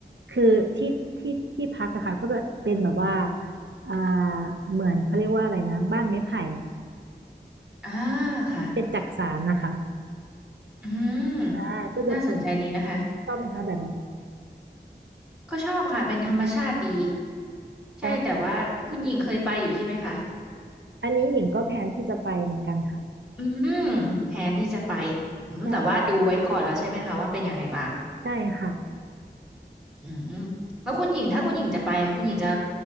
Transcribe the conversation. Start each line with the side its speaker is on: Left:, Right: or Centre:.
Right: คือที่ที่ที่พักอะค่ะก็จะเป็นแบบว่าอ่าเหมือนเขาเรียกว่าอะไรนะบ้านไม้ไผ่
Centre: อ่าค่ะ
Right: ที่เป็นจักสานนะคะ
Centre: อืม
Right: อ่าก็จะเป็น
Centre: น่าสนใจดีนะคะ
Right: ชอบไหมคะแบบเนี้ย
Centre: ก็ชอบค่ะ เป็นธรรมชาติดี ใช่แต่ว่าคุณหญิงเคยไปอยู่ใช่ไหมคะ
Right: แล้วอันนี้หญิงก็แพลนที่จะไปเหมือนกันค่ะ
Centre: อืม แผนที่จะไปอืมแต่ว่าดูไว้ก่อนแล้วใช่ไหมคะว่าเป็นยังไงบ้าง
Right: ใช่ใช่ค่ะ
Centre: อืม แล้วคุณหญิงถ้าคุณหญิงจะไปอะคุณหญิงจะ